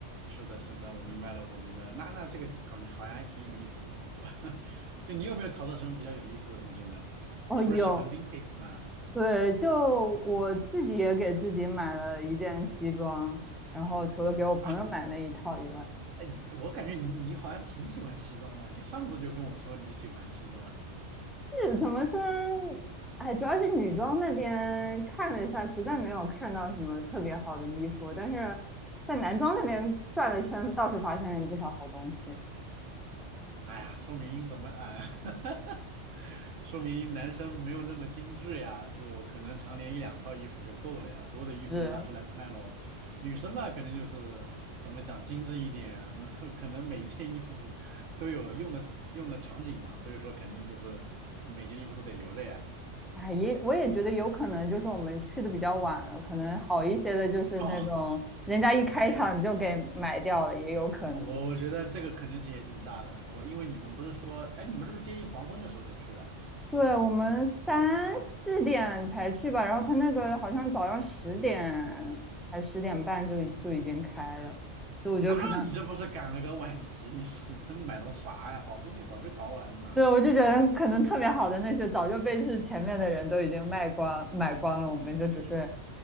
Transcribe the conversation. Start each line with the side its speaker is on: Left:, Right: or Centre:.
Right: 是的，是的，我明白了，我明白了。那那这个搞觉好像还挺有意思的。我 <laughs> 就你有没有淘到什么比较有意思的东西呢？
Centre: 哦，
Right: 你不是喜欢
Centre: 有
Right: vintage 吗？
Centre: 对，就我自己也给自己买了一件西装，然后除了给我朋友买那一套以外，
Right: 啊哎，我感觉你你好像挺喜欢西装的，你上次就跟我说你喜欢西装。
Centre: 是怎么说呢？哎，主要是女装那边看了一下，实在没有看到什么特别好的衣服，但是在男装那边转了圈，倒是发现了不少好东西。
Right: 哎呀，说明怎么哎，<laughs> 说明男生没有那么精致呀，就可能常年一两套衣服就够了呀，多的衣服就拿出来卖喽。
Centre: 是，
Right: 女生嘛，可能就是怎么讲精致一点，<laughs> 可能每件衣服都有用的用的场景嘛，所以说肯定就是每件衣服都得留着呀。
Centre: 哎，也我也觉得有可能就是我们去的比较晚了，可能好一些的就是那种人家一开场就给买掉了，
Right: 哦，OK，
Centre: 也有可能。
Right: 啊我我觉得这个可能性也挺大的。我因为你们不是说，哎，你们是不是接近黄昏的时候才去的
Centre: 对，我们三四点才去吧，
Right: 啊？
Centre: 然后他那个好像早上十点还十点半就已就已经开了，所以我觉得可能，
Right: 那你这不是赶了个晚集？你是能买到啥呀？好东西早被淘完了
Centre: 对，我就觉得可能特别好的那些早就被是前面的人都已经卖光买光了，我们就只是，